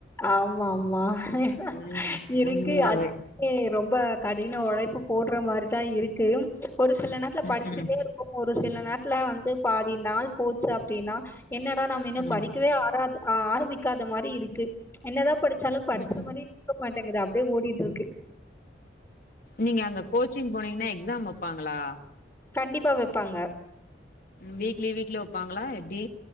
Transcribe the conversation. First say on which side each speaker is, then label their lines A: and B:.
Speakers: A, on the left; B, on the left.
A: ஆமா ஆமா ஏனா
B: ம்
A: எனக்கே
B: உண்மையாவே
A: ரொம்ப கடின உழைப்பு போட்றா மாரிதா இருக்கு ஒரு சில நேரத்துல படிச்சிட்டே
B: ம் ம்
A: இருக்போ ஒரு சில நேரத்துல வந்து பாதி நாள் போச்சு அப்டினா என்னடா நம்ம இன்னோ
B: ம்
A: படிக்கவே ஆற ஆஹ் ஆரம்பிக்காத மாரி இருக்கு என்னதான் படிச்சாலு படிச்ச
B: ம் ம்
A: மாரி இருக்க மாட்டேங்குது அப்டியே ஓடிட்யிருக்கு
B: நீங்க அங்க கோச்சிங் போனீங்கன்னா எக்ஸாம் வப்பாங்களா
A: கண்டிப்பா வைப்பாங்க
B: வீக்லி வீக்லி வப்பாங்களா எப்டி